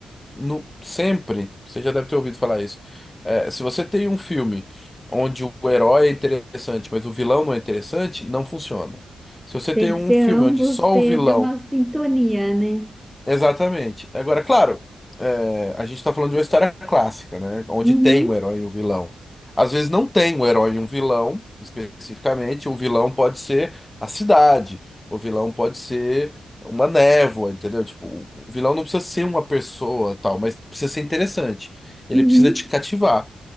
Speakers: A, on the left; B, in the centre.
A: no, sempre, você já deve ter ouvido falar isso. É, se você tem um filme onde o herói é interessante, mas o vilão não é interessante, não funciona. Se você
B: Tem
A: tem um
B: que ser
A: filme
B: ambos
A: onde só
B: ter,
A: o vilão
B: ter uma sintonia, né?
A: Exatamente. Agora, claro, é, a gente está falando de uma história clássica, né? Onde
B: Uhum,
A: tem um herói e um vilão. Às vezes não tem um herói e um vilão, especificamente. O vilão pode ser a cidade, o vilão pode ser uma névoa, entendeu? Tipo, o vilão não precisa ser uma pessoa, tal, mas precisa ser interessante. Ele
B: uhum.
A: precisa te cativar.